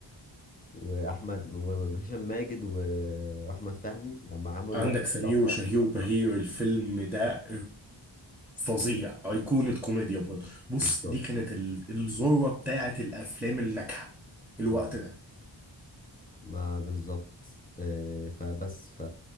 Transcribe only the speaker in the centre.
عندك
سمير
وشهير وبهير الفيلم ده فظيع أيقونة كوميديا برضه بص
دي كانت ال- الذروة بتاعة الأفلام الناجحة الوقت
ده